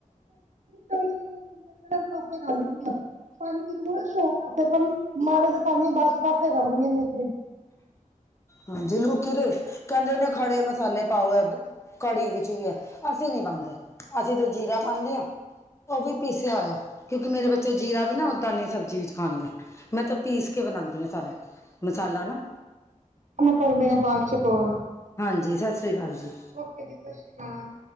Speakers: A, on the right; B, on the left.
A: ਪਾਸੇ ਲਾ ਦਿੰਦੀ ਹਾਂ ਮਰੇ ਕੋਲ <inaudible> ਪਾਸ ਮਾੜੇ ਤੇ ਪੀ ਬਸ ਪਾਸੇ ਕਰੱਲਣੀ ਆ ਮੇਤਰੇ
B: ਹਾਂਜੀ ਲੋਕੀ ਦੇ ਕਹਿੰਦੇਨ ਖੜੇ ਮਸਾਲੇ ਪਾਓ ਕੜੀ ਵਿੱਚ ਵੀ ਹੈ ਅਸੀਂ ਨਹੀਂ ਪਾਉਦੇ ਅਸੀਂ ਤਾਂ ਜੀਰਾ ਪਾਉਂਦੇ ਹਾਂ ਉਹ ਵੀ ਪੀਸਿਆ ਹੋਇਆ ਕਿਉਂਕਿ ਮੇਰੇ ਬੱਚੇ ਜੀਰਾ ਵੀ ਉਦਾਂ ਨਹੀ ਸਬਜ਼ੀ ਵਿੱਚ ਖਾਣਗੇ। ਮੈਂ ਤਾਂ ਪੀਸ ਕੇ ਬਣਾਉਂਦੀ ਹਾਂ ਸਾਰਾ ਮਸਾਲਾ ਨਾ।
A: ਮੈ ਕਰਦੀ ਆ ਬਾਦ ਚ ਕੋਲ
B: ਹਾਂਜੀ ਸਤਿ ਸ਼੍ਰੀ ਅਕਾਲ ਜੀ
A: ਓਕੇ ਜੀ ਸਤਿ ਸ੍ਰੀ ਅਕਾਲ।